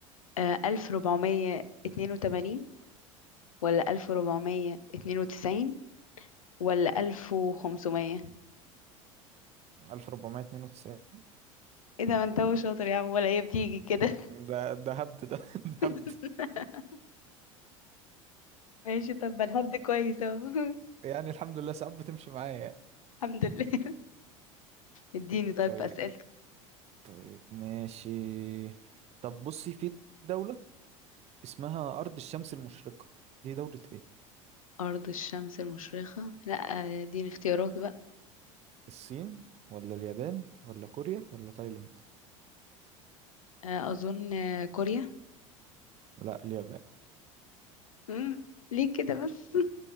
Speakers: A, on the left; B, on the right.
A: أه... 1482 ولا 1492 ولا 1500
B: 1492
A: ايه ده ما انت هو شاطر يا عم ولا هي بتيجي كده
B: ده ده هبد ده <laughs> ده
A: <laughs>
B: هبد
A: ماشي طب ما الهبد كويس اهو
B: يعني الحمد لله ساعات بتمشي معايا
A: <laughs> الحمد لله اديني طيب
B: طيب
A: في أسئلتك
B: طيب ماشي طب بصي في دولة اسمها أرض الشمس المشرقة دي دولة ايه
A: أرض الشمس المشرقة لا دي اختيارات بقى
B: الصين ولا اليابان ولا كوريا ولا تايلاند
A: آه، أظن آه، كوريا
B: لا اليابان
A: مم. ليه كده بس